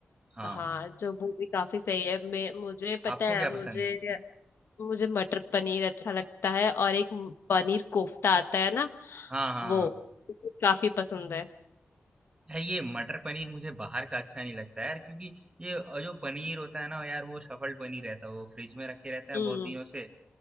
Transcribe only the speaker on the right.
हाँ
आपको
क्या
पसंद है
हाँ हाँ
यार ये मटर पनीर मुझे बाहर का अच्छा नहीं लगता यार क्योंकि ये अ, जो पनीर होता है ना यार वो सफल पनीर रहता है वो फ्रिज में रखे रहते हैं
बहुत दिनों से